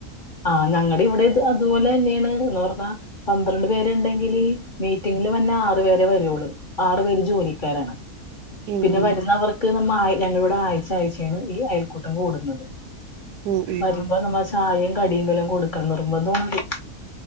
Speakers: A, on the left; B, on the right.
A: ആഹ് ഞങ്ങടെ ഇവിടെം അതുപോലെ തന്നേണ് എന്ന് പറഞ്ഞാ പന്ത്രണ്ട് പേര്ണ്ടെങ്കില് മീറ്റിങ്ങില് വന്ന ആറുപേരെ വരുള്ളൂ. ആറു പേര് ജോലിക്കാരാണ്.
B: ഉം ഉം
A: പിന്നെ വരുന്നവർക്ക് നമ്മ ആയ് ഞങ്ങളിവിടെ ആയിച്ച ആയിച്ചയാണ് ഈ അയൽക്കൂട്ടം കൂടുന്നത്.
B: ഉം
A: വരുമ്പ നമ്മ ചായയും കടിയും വല്ലൊം കൊടുക്കണം. നിർബന്ധമാണത്.